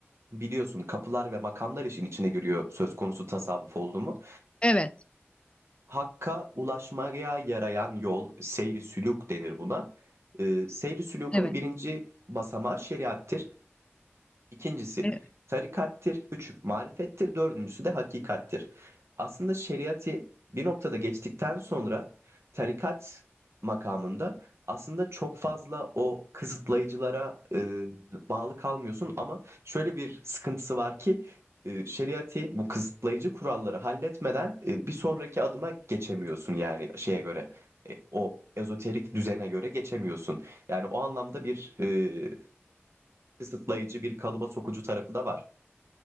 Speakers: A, on the right; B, on the left.
A: biliyorsun kapılar ve makamlar işin içine giriyor söz konusu tasavvuf oldu mu?
B: Evet,
A: Hakka ulaşmaya yarayan yol seyri sülûk denir buna. Ee, seyri sülûkun
B: evet,
A: birinci basamağı şeriattır. İkincisi
B: evet.
A: tarikattir, üç marifettir, dördüncüsü de hakikattir. Aslında şeriatı bir noktada geçtikten sonra tarikat makamında aslında çok fazla o kısıtlayıcılara e, bağlı kalmıyorsun ama şöyle bir sıkıntısı var ki e, şeriatı bu kısıtlayıcı kuralları halletmeden e, bir sonraki adıma geçemiyorsun yani şeye göre e, o ezoterik düzene göre geçemiyorsun. Yani o anlamda bir e, kısıtlayıcı bir kalıba sokucu tarafı da var.